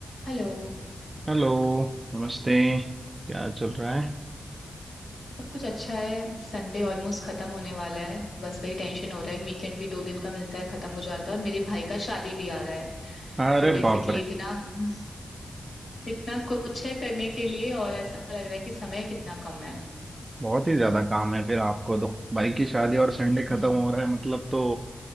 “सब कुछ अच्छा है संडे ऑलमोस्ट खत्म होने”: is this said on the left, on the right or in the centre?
Left